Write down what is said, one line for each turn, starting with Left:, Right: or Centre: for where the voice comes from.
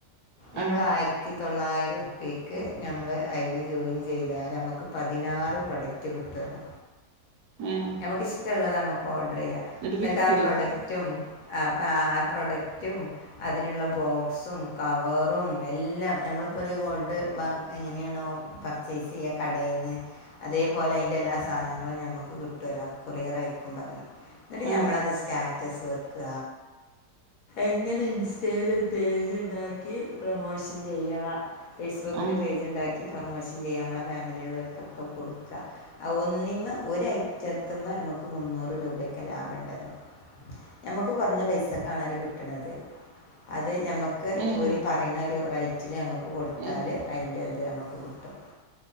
Left: നമ്മൾ
Right: ആഹ്
Left: ആയിരത്തി തൊള്ളായി രം ഉർപ്പ്യക്ക് ഞമ്മള് അയ്ൽ ജോയിൻ ചെയ്താല് അമക്ക് പതിനാറ് പ്രൊഡക്റ്റ് കിട്ടോല്ലോ
Right: ഏഹ്
Left: ഞമ്മക്കിഷ്ടള്ളത് നമ്മ ഓഡ് റെയ്യ
Right: എന്നിട്ട്
Left: ഇന്നട്ടാ
Right: വിക്കേ
Left: പ്രോഡക്റ്റും അ ആ പ്രൊഡക്റ്റും അതിനുള്ള ബോക്സും ക വറും എല്ലാം ഞമ്മളിപ്പൊരു ഗോൾഡ് വ എങ്ങനെണോ പർച്ചേസ് ചെയ്യാ കടേന്ന് അതേപോലെ അയ്ൻ്റെ എല്ലാ സാധനങ്ങളും ഞമക്ക് കിട്ടോലോ കൊറിയറയ്ക്കും പറ്ഞ്ഞ് ന്നട്ട്
Right: ആഹ്
Left: ഞമ്മളത് സ്റ്റാറ്റസ് വെ ക്ക എങ്ങനെ ഇൻസ്റ്റേൽ ഒരു പേജ് ണ്ടാ കി പ്രമോഷൻ ചെയ്യാ ഫേസ്ബുക്കില്
Right: ആഹ്
Left: പേജ്ണ്ടാ പ്രമോഷൻ ചെയ്യാം നമ്മളെ ഫാമിലി ള്ളോൽക്കൊക്കെ കൊടുക്ക ഒന്നിമ്മെ ഒരയ്റ്റത്ത്മ്മെ നമക്ക് മുന്നൂറ് രൂപൊക്കെ ലാഭംണ്ടലോ ഞമ്മക്ക് കാെറഞ്ഞ പൈസക്കാണോലോ കിട്ട്ണത് അത് ഞമ്മക്ക്
Right: ഏഹ്
Left: ഓര് പറയ്ണെ ഒരു റേറ്റില് നമുക്ക് കൊടുത്താല്
Right: ഏഹ്
Left: അതിന്റെ ഇത് നമുക്ക് കിട്ടും